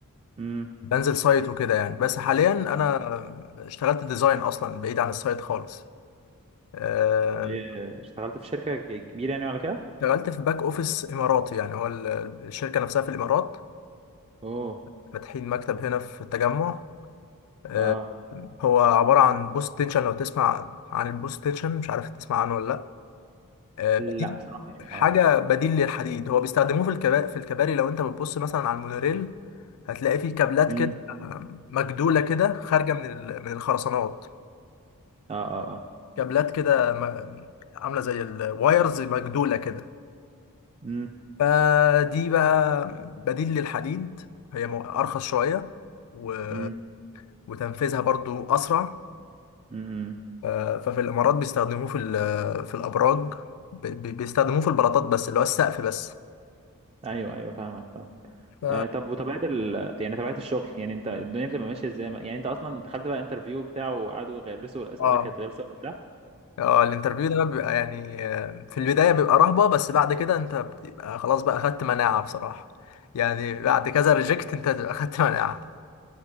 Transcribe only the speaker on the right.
امم
إيه، اشتغلت في شركه كبيره يعني ولا كده
اوه
اه
لا بصراحه يعني
اه
امم
اه اه اه
امم
امم
امم
ايوه ايوه فاهمك فاهم
آه، طب وطبيعة ال... يعني طبيعة الشغل يعني انت الدنيا بتبقى ماشية ازاي ما- يعني انت اصلا دخلت بقى انترفيو بتاعه وقعدوا يغلسوا الاسئلة
كانت غلسة وبتاع